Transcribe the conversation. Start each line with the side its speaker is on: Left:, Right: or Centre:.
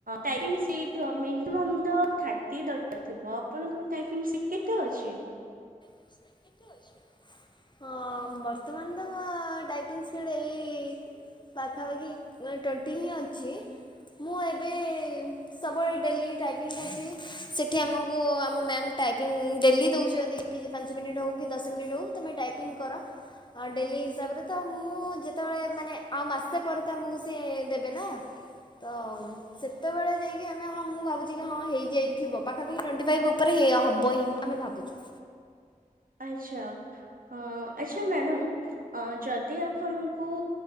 Right: ଟାଇପିଙ୍ଗ୍ ସ୍ପିଡ୍ ର ମିନିମମ୍ ତ ଥାର୍ଟୀ ଦରକାର୍ ଥିବ ତ ଆପଣଙ୍କ ଟାଇପିଙ୍ଗ ସ୍ପିଡ୍ କେତେ ଅଛି?
Left: ସ୍ପିଡ୍ କେତେ ଅଛି? ଆଁ ବର୍ତ୍ତମାନ ତ ଟାଇପିଙ୍ଗ୍ ସ୍ପିଡ୍ ଏଇ ପାଖାପାଖି ଟ୍ବେଣ୍ଟି ହିଁ ଅଛି। ମୁଁ ଏବେ ସବୁବେଳେ ଡେଲି ଟାଇପିଙ୍ଗ୍ କରୁଛି <inaudible> ସେଠି ଆମକୁ ଆମ ମ୍ୟାମ୍ ଟାଇପିଙ୍ଗ ଡେଲି ଦେଉଛନ୍ତି କିଛି ପାଞ୍ଚ ମିନିଟ୍ ହୋଉ କି ଦଶ ମିନିଟ୍ ହଉ ତୁମେ ଟାଇପିଂ କର ଆଉ ଡେଲି ହିସାବରେ ତ ମୁଁ ଯେତେବେଳେ ମାନେ ଆଉ ମାସେ ପରେ ତ ଆମକୁ ସିଏ ଦେବେ ନା ତ ସେତେବେଳେ ଯାଇକି ଆମେ ହଁ ମୁଁ ଭାବୁଚି କି ହଁ ହେଇଯାଇଥିବ ପାଖାପାଖି ଟ୍ବେଣ୍ଟି ଫାଇଭ ଉପରେ ହେ ଏଇୟା ହବ ହିଁ ଆମେ ଭାବୁଚୁ।
Right: ଆଛା ହଁ ଆଛା ମ୍ୟାଡ଼ାମ ଅ ଯଦି ଆପଣଙ୍କୁ